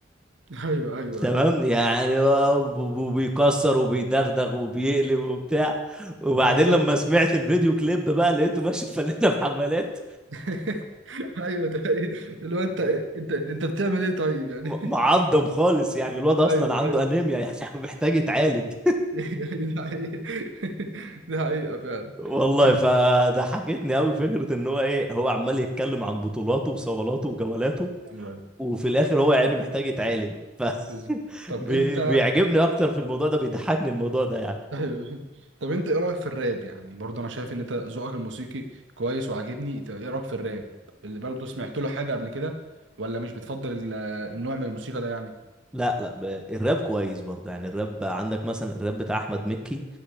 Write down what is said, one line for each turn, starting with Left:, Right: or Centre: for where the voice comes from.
Right: <laughs> ايوه ايوه
Centre: تمام
Right: ايوه
Centre: يعني هو ب- ب- بيكسر وبيدغدغ وبيقلب وبتاع وبعدين
Right: بالظبط
Centre: لما سمعت الفيديو كليب بقى لقيته ماشي فلنا بحمالات
Right: <laughs> ايوه ده حقيقي. اللي هو انت انت انت بتعمل ايه طيب
Centre: <laughs>
Right: يعني
Centre: م- معضم خالص يعني الواد اصلا
Right: <laughs> ايوه
Centre: عنده
Right: ايوه
Centre: انيميا يعني <laughs> محتاج يتعالج
Right: <laughs> ده حقيقة <laughs> ده حقيقة فعلا
Centre: والله
Right: ايوه
Centre: فضحكتني قوي فكره ان هو ايه هو عمال يتكلم عن بطولاته وصولاته وجولاته
Right: ايوه
Centre: وفي الاخر هو يعني محتاج يتعالج ف
Right: بالظبط
Centre: <laughs>
Right: طب
Centre: بي-
Right: انت
Centre: بيعجبني
Right: <laughs>
Centre: اكتر في الموضوع ده بيضحكني الموضوع ده يعني
Right: ايوه طب انت ايه رايك في الراب يعني برضه انا شايف ان انت ذوقك الموسيقي كويس وعاجبني انت ايه رايك في الراب اللي برضه سمعت له حاجه قبل كده ولا مش بتفضل ال- النوع من الموسيقى ده يعني
Centre: لا لا ب... الراب كويس برضه يعني الراب عندك مثلا الراب بتاع احمد مكي